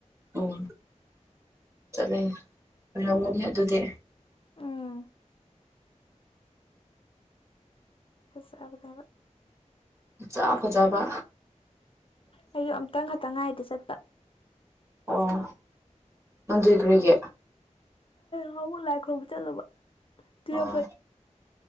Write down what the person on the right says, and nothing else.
ꯎꯝ ꯆꯠꯂꯦ ꯑꯣꯏꯔꯝꯒꯅꯤ ꯑꯗꯨꯗꯤ
ꯆꯥ ꯐꯖꯕ
ꯑꯣ ꯃꯟꯖꯒꯨꯔꯤꯒꯤ
ꯑꯣ